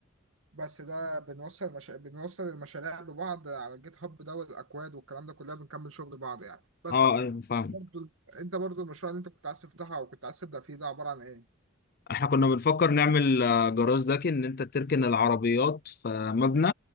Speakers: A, on the right (about 80°); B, on the left (about 45°).
A: بس ده بنوصل مشا... بنوصل المشاريع ببعض على الجيت هاب ده والاكواد والكلام ده كلها بنكمل شغل بعض يعني بس
B: اه ايوه فاهم
A: برضو انت برضو المشروع اللي انت كنت عايز تفتحها وكنت عايز تبدأ فيه ده عبارة عن ايه؟
B: احنا كنا بنفكر نعمل آه، جراج ذكي ان انت تركن العربيات في مبنى